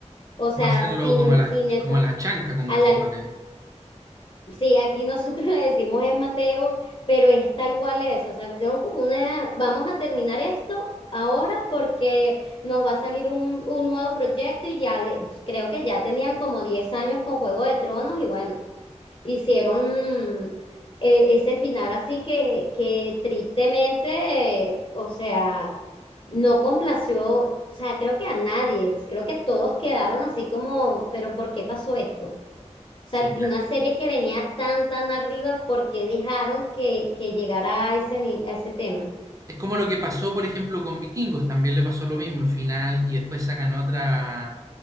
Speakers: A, on the left (about 45°); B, on the right (about 25°).
A: O
B: como
A: sea,
B: hacerlo
A: sin,
B: como a la,
A: sin enfo-
B: como a la chanca, como
A: a
B: decimos
A: la-
B: acá.
A: Sí, aquí nosotros <laughs> le decimos es Mateo, pero es tal cual es, o sea, son como una, vamos a terminar esto ahora porque nos va a salir un, un nuevo proyecto y ya le, creo que ya tenían como 10 años con Juego de Tronos y bueno, hicieron eh, ese final así que, que tristemente, eh, o sea, no complació, o sea, creo que a nadie, creo que todos quedaron así como, pero ¿por qué pasó esto? O sea,
B: Sí,
A: de una serie que venía tan, tan arriba, ¿por qué dejaron que, que llegara a ese, ni- a ese tema?
B: Es como lo que pasó, por ejemplo, con Vikingos, también le pasó lo mismo al final y después sacan otra,